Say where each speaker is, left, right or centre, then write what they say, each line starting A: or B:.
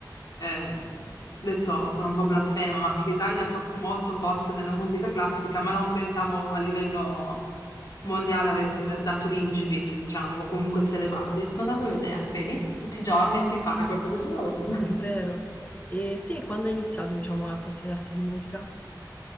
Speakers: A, on the left; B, on the left.
A: eh, adesso sono un po' blasfema, ma che l'Italia fosse molto forte nella musica classica, ma non pensavo a livello mondiale avesse da- dato l'incipit, diciamo, o comunque sia le basi. Non avevo idea. Vedi? Tutti i giorni si impara qualcosa di nuovo.
B: <laughs> vero. E te quando hai iniziato, diciamo, a appassionarti di musica?